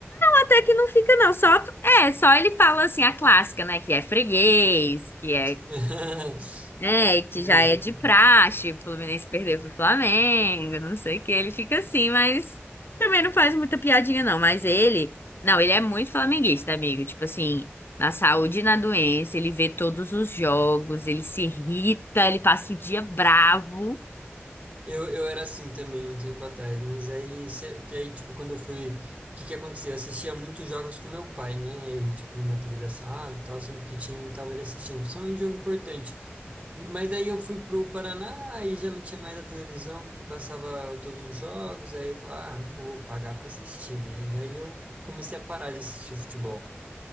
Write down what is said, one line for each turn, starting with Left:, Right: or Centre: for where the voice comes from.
Left: até que não fica, não. Só, é, só ele fala, assim, a clássica, né? Que é freguês, que é
Right: <laughs>
Left: é, é, que
Right: Meu
Left: já
Right: Deus.
Left: é de praxe, o Fluminense perder pro Flamengo, não sei o que, ele fica assim, mas também não faz muita piadinha não, mas ele, não, ele é muito flamenguista, amigo, tipo assim, na saúde e na doença, ele vê todos os jogos, ele se irrita, ele passa o dia bravo.
Right: Eu, eu era assim também um tempo atrás, mas aí, cê- aí tipo, quando eu fui. O que que aconteceu? Eu assistia muitos jogos com meu pai, né? E, tipo, na TV da sala e tal, sempre que tinha, eu tava ele assistindo, principalmente jogo importante. E- Mas aí eu fui pro Paraná e já não tinha mais a televisão, porque passava todos os jogos, aí eu falei, ah, não vou pagar para assistir, né? E aí eu comecei a parar de assistir futebol.